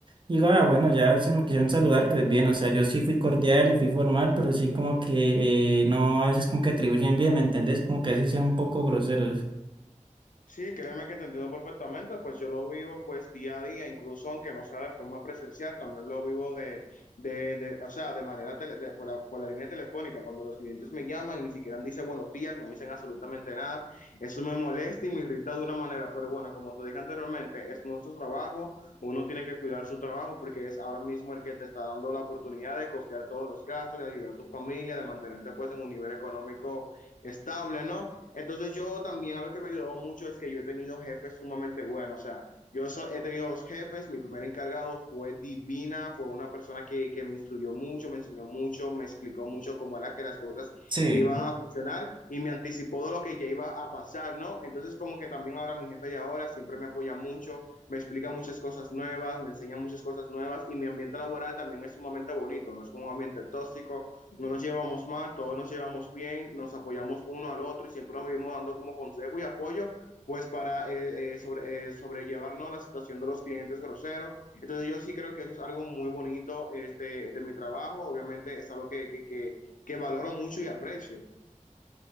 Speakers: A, on the right; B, on the left.
A: digo, ah, bueno, ya si me quisieron saludar, pues bien, o sea, yo sí fui cordial y fui formal, pero sí como que eh, no, a veces como que atribuyen bien, ¿me entendés? Como que a veces sean un poco groseros.
B: Sí, créeme que te entiendo perfectamente, pues yo lo vivo pues día a día, incluso aunque no sea de forma presencial, también lo vivo de, de, de- o sea, de manera tele- de- por la, por la línea telefónica, cuando los clientes me llaman y ni siquiera dicen buenos días, no dicen absolutamente nada, eso me molesta y me irrita de una manera, pero bueno, como te dije anteriormente, es nuestro trabajo, uno tiene que cuidar su trabajo porque es ahora mismo el que te está dando la oportunidad de costear todos los gastos, de ayudar a tu familia, de mantenerte pues en un nivel económico estable, ¿no? Entonces yo también algo que me ayudó mucho es que yo he tenido jefes sumamente buenos, o sea, yo so, he tenido dos jefes, mi primer encargado fue divina, fue una persona que, que, me instruyó mucho, me enseñó mucho, me explicó mucho cómo era que las cosas
A: Sí,
B: iban a funcionar y me anticipó de lo que ya iba a pasar, ¿no? Entonces como que también ahora mi jefe de ahora siempre me apoya mucho, me explica muchas cosas nuevas, me enseña muchas cosas nuevas y mi ambiente laboral también es sumamente bonito, no es como un ambiente tóxico, no nos llevamos mal, todos nos llevamos bien, nos apoyamos uno al otro y siempre nos vivimos dando como consejo y apoyo, pues para eh, eh, sobre, eh, sobrellevarnos la situación de los clientes groseros. Entonces yo sí creo que eso es algo muy bonito este, de mi trabajo, obviamente es algo que, que, que, que valoro mucho y aprecio.